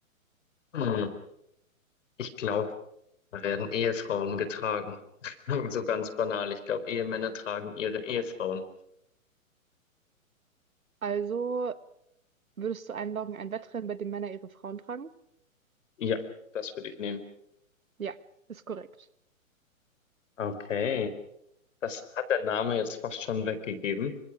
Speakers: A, on the left (about 60°); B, on the right (about 75°).
A: Hm. Ich glaube, Da werden Ehefrauen getragen. <laughs> So ganz banal. Ich glaube, Ehemänner tragen ihre Ehefrauen.
B: Also würdest du einloggen, ein Wettrennen, bei dem Männer ihre Frauen tragen?
A: Ja, das würde ich nehmen.
B: Ja, ist korrekt.
A: Okay, das hat der Name jetzt fast schon weggegeben.